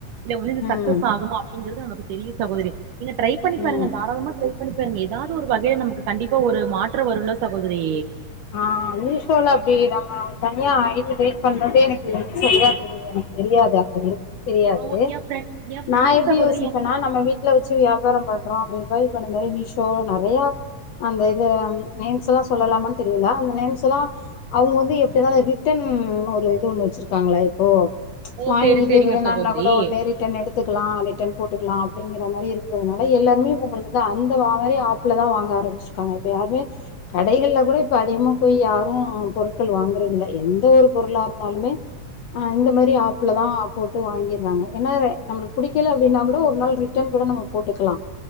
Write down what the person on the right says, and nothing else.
இல்ல வந்து இது
சக்சஸ் ஆகுமா அப்படிங்கறது நமக்கு தெரியு சகோதரி நீங்க ட்ரை பண்ணி பாருங்க
தாராளமா ட்ரை பண்ணிப்பாருங்க எதாது ஒரு வகையில நமக்கு கண்டிப்பா ஒரு மாற்ற வருல்ல சகோதரி
ஓ எ ஃப்ரெண்ட் எ ஃப்ரெண்டு
சகோதரி
எ ஃப்ரெண்ட்
ஓ
சேரி சேரிங்க
சகோதரி